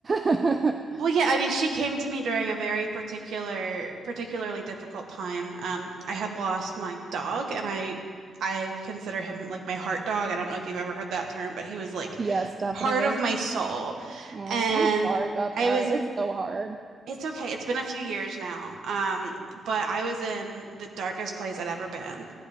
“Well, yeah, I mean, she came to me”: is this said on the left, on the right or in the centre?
Right